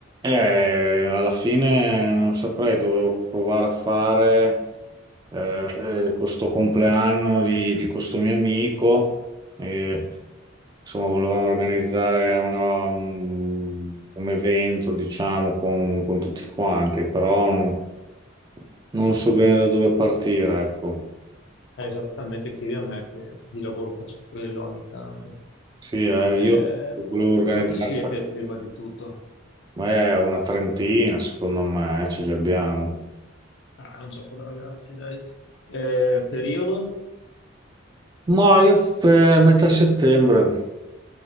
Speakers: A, on the right (about 20°); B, on the left (about 60°).
A: Eh, alla fine non saprei, dovevo provare a fare eh, eh, questo compleanno di, di questo mio amico. E, insomma, volevamo organizzare una- un, un evento, diciamo, con, con tutti quanti, però non, non so bene da dove partire, ecco.
B: Eh, esattamente, chiedi a me che di lavoro faccio quello ogni tanto.
A: Sì, eh,
B: Eh,
A: io volevo organizzare,
B: quanti siete prima di tutto?
A: ma è una trentina, secondo me, eh, ce li abbiamo.
B: Ah, è un gioco da ragazzi, dai. Eh, periodo?
A: Ma io f- eh, metà settembre.